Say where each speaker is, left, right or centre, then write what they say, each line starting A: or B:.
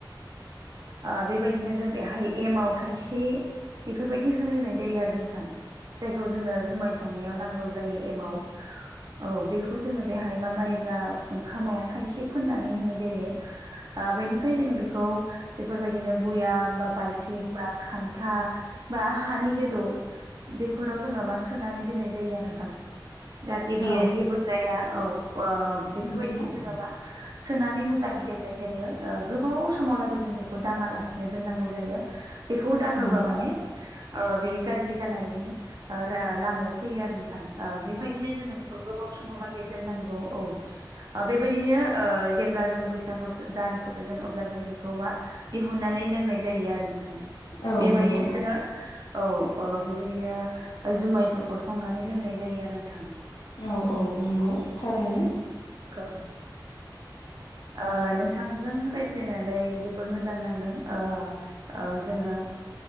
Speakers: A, on the right; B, on the left.
A: ओ बेबायदिनो जों बेहाय एमाव थाइसे बेफोरबायदि होनो होनाय जायो आरो नोंथां। जायखौ जोंनो जुमाय संनायाव नांगौ जायो एमाव। औ बेखौ जोङो बेहाय मा माइब्रा ओंखामाव थाइसे फोननानै होनाय जायो। ओ बेनिफ्राय जों बेखौ बेफोरबायदिनो बुयाम बा बाल थिं बा खान्था बा हानि जे दौ बेफोराव जोंङो मा सोनानै दोननाय जायो आरो नोंथां। जाहाथे बेयो
B: औ
A: जेबो जाया। औ ओ बेफोरबायदिनो
B: नंगौ
A: जोङो मा सोनानै मोजाङै दोननाय जायो। ओ गोबाव समावलागै जों बेखौ दाङालासिनो दोननांगौ जायो। बेखौ दाङोबा
B: उम औ
A: माने
B: नंगौ
A: बेयो गाज्रि जानायनि ओ रा लामायाव फैयो आरो। थां ओ बेबायदिनो जोङो बेखौ गोबाव समालागै दोननांगौ औ। ओ बेबायदिनो जेब्ला जों बैसागु स दान स फैगोन अब्ला जों बेखौ मा दिहुननानै लोंनाय जायो आरो नोंथां।
B: औ
A: बेबायदिनो
B: नंगौ
A: जोङो औ ओ बेबायदिनो जुमायफोरखौ संनानै लोंनाय जायो आरो नोंथां।
B: औ औ नोंगौ थारैनो।
A: औ। ओ नोंथांजों रायज्लायनानै जोबोर मोजां नांदों ओ औ जोङो